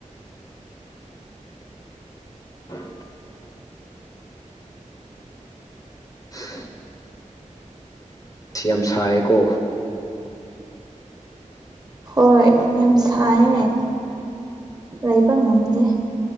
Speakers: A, on the left; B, on the right.
A: <unintelligible> <inaudible> ꯁꯤ ꯌꯥꯝ ꯁꯥꯏꯌꯦꯀꯣ
B: ꯍꯣꯏ ꯌꯥꯝ ꯁꯥꯏꯌꯦ ꯂꯩꯕ ꯉꯝꯗꯦ